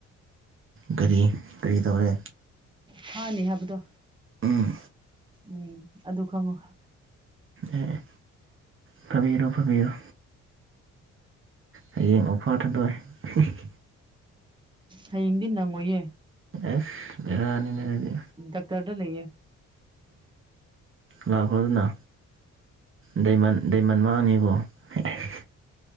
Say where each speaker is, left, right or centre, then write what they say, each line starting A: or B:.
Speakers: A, on the right; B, on the right.
A: ꯀꯔꯤ ꯀꯔꯤ ꯇꯧꯔꯦ
B: ꯐꯥꯅꯤ ꯍꯥꯏꯕꯗꯣ
A: ꯎꯝ
B: ꯎꯝ ꯑꯗꯨ ꯈꯪꯉꯨ
A: ꯑꯦ ꯑꯦ ꯐꯥꯕꯤꯔꯣ ꯐꯥꯕꯤꯔꯣ ꯍꯌꯦꯡ ꯑꯣꯐꯔ ꯊꯥꯗꯣꯛꯑꯦ
B: ꯍꯌꯦꯡꯗꯤ ꯅꯪꯉꯣꯏꯌꯦ
A: ꯑꯁ ꯕꯦꯔꯥꯅꯤꯅꯦ ꯑꯗꯨꯗꯤ
B: ꯗꯥꯛꯇꯔ ꯈꯧꯟꯗ ꯂꯩꯌꯦ
A: ꯂꯥꯛꯈ꯭ꯔꯣꯗꯅꯥ ꯗꯥꯏꯃꯟ ꯗꯥꯏꯃꯟ ꯃꯥꯡꯅꯤꯀꯣ ꯑꯦꯁ